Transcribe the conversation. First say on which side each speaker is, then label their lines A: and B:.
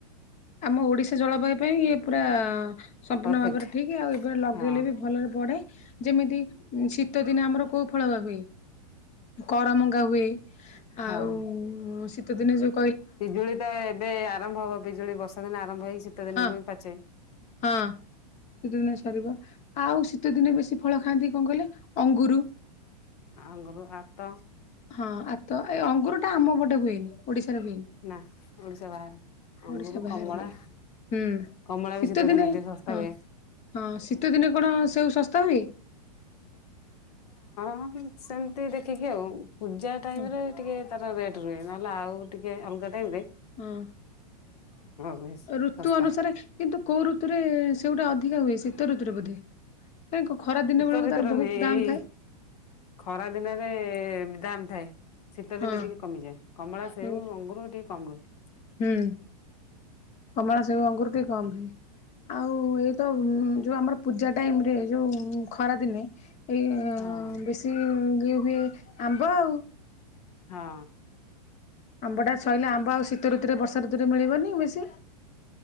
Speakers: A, on the left (about 35°); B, on the left (about 65°).
A: ଆମ ଓଡିଶା ଜଳବାୟୁ ପାଇଁ ଇ ପୁରା-ଆ-ଆ ସମ୍ପୂର୍ଣ୍ଣ
B: ପରଫେକ୍ଟ
A: ଭାବରେ ଠିକ ଆଉ ଏବେ ଲଗେଇଲେ
B: ହଁ
A: ବି ଭଲରେ ବଢେ ଯେମିତି- ଶୀତ ଦିନେ ଆମର କୋଉ ଫଳ ବା ହୁଏ କରମ- ହୁଏ
B: ହଁ।
A: ଆଉ- ତଦିନ ଯ-
B: ପିଜୁଳି ତ ଏବେ ଆରମ୍ଭ ହବ ପିଜୁଳି ବସ- ସ- ଆରମ୍ଭ ହେଇକିତେ ଦିନକୁ
A: ହଁ
B: ବି ପାଛେ-
A: ହଁ ଶୀତ ଦିନେ ସରିବ ଆଉ ଶୀତ ଦିନେ ବେଶୀ ଫଳ ଖାଆନ୍ତି କଣ କହିଲେ ଅଙ୍ଗୁର-
B: ଆଙ୍ଗରୁ ଆତ-
A: ହଁ ଆତ ଏଇ ଅଙ୍ଗୁର ଟା ଆମପଟେ ହୁଏନି- ଓଡିଶାରେ ହୁଏନି
B: ନା ଓଡିଶା ବାହାରେ। ଅଙ୍ଗୁରୁ
A: ଓଡିଶା ବାହାରେ
B: କମଳା
A: ବି ହୁଁ,
B: କମଳା ବି
A: ଶୀତ ଦିନେ
B: ଟିକେ ଶସ୍ତା
A: ହଁ
B: ହୁଏ।
A: ହଁ ଶୀତ ଦିନେ କଣ ସବୁ ଶସ୍ତା ହୁଏ-
B: ହଁ ସେମିତି ଦେଖିକି ଆଉ- ପୂଜା ଟାଇମ
A: ହଁ
B: ରେ ଟିକେ ତାର ରେଟ୍ ରୁହେ- ହେଲା ଆଉ- ଟିକେ ଅଲଗା ଟାଇମ ରେ -
A: ହଁ
B: ହୁଏ
A: ଋତୁ
B: ଶସ୍ତା
A: ଅନୁସାରେ କିନ୍ତୁ କୋଉ ଋତୁରେ- ସେଗୁଟା ଅଧିକା ହୁଏ ଶୀତ ଋତୁ ବୋଧେ- କାଇଁ କ ଖରା ଦିନ
B: ଶୀତ
A: ବେଳକୁ
B: ଭଋିତରୁ
A: ତାର ବହୁତ
B: ନୁହେଁ ଏଇ
A: ଦାମ୍ ଥାଏ
B: ଖରା ଦିନରେ- ଦାମ ଥାଏ। ଶୀତ
A: ହଁ
B: ଦିନେ ଟିକେ କମିଯାଏ କମଳା ସେଉ
A: ହୁଁ।
B: ଅଙ୍ଗୁର ଟିକେ କମ ରୁହେ।
A: ହୁଁ କମଳା, ସେଓ, ଅଙ୍ଗୁରୁ ଟିକେ କମ ହୁଏ ଆଉ ଏଇତ ଯୋଉ ଆମର ପୂଜା ଟାଇମ ରେ ଯୋଉ ଖରା ଦିନେ ଏଇ
B: ହଁ।
A: ବେଶୀ ଇଏ ହୁଏ ଆମ୍ବ ଆଉ
B: ହଁ
A: ଆମ୍ବ ଟା ସଇଲେ ଆମ୍ବ ଆଉ ଶୀତ ଋତୁରେ ବର୍ଷା ଋତୁରେ ମିଳିବନି ବେଶୀ